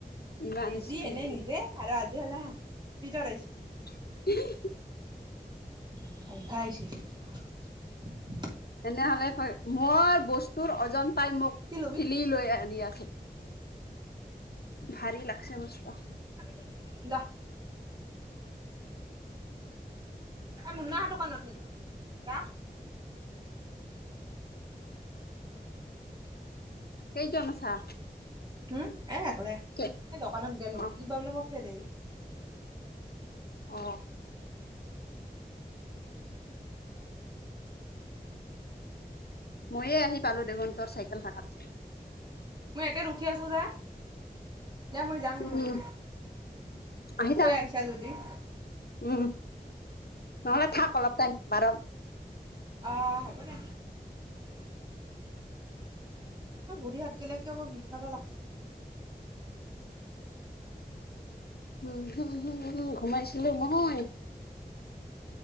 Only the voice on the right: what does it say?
লিজি
এনেই নিজে আৰু আজি হলে স্পিডত আহিছি
<unintelligible>
কি ল'বি
<inaudible> <unintelligible> এই মুন্নাহৰ দোকানতে নেকি দা
উম এ একলে,
এই দোকানত গলে
কি বাবলো পঠাই দেই।
মই ইয়াতে ৰখি আছো যে। এা মই যাওঁ
নহল,
থৈ আহিছা যদি।
অঁ হ'ব দে। ভৰি হাত গে কে বৰ বিষাব লাগিছে।